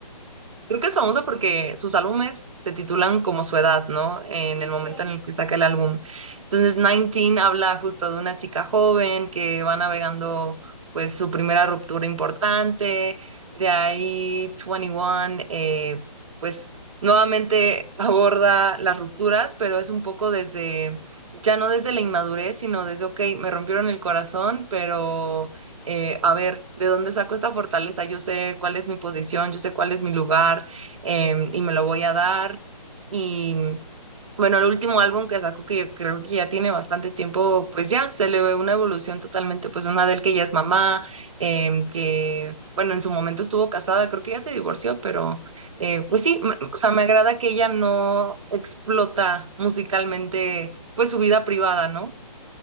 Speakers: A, on the right; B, in the centre.
A: Creo que es famosa porque sus álbumes se titulan como su edad, ¿no? En
B: justo.
A: el momento en el que saca el álbum. Entonces, 19 habla justo de una chica joven que va navegando pues su primera ruptura importante. De ahí, 21, eh, pues nuevamente <laughs> aborda las rupturas, pero es un poco desde, ya no desde la inmadurez, sino desde, ok, me rompieron el corazón, pero eh, a ver, ¿de dónde saco esta fortaleza? Yo sé cuál es mi posición, yo sé cuál es mi lugar em, y me lo voy a dar. Y bueno, el último álbum
B: Claro.
A: que sacó, que yo creo que ya tiene bastante tiempo, pues ya se le ve una evolución totalmente, pues una del que ya es mamá, em, que bueno, en su momento estuvo casada, creo que ya se divorció, pero eh,
B: Sí.
A: pues sí, me- o sea, me agrada que ella no explota musicalmente, pues su vida privada, ¿no?